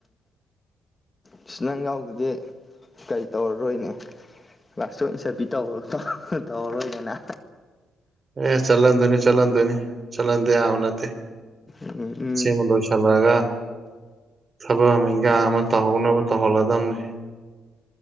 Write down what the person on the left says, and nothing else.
ꯀ꯭ꯔꯤꯁꯅꯪ ꯌꯥꯎꯗꯗꯤ ꯀꯩ ꯇꯧꯔꯔꯣꯏꯅꯦ ꯀ꯭ꯂꯥꯁꯇ ꯏꯟꯁꯔꯄꯤ ꯇꯧꯔꯣꯧ ꯇꯧꯔꯔꯣꯏꯗꯅ
ꯎꯝ ꯎꯝ
ꯑꯁ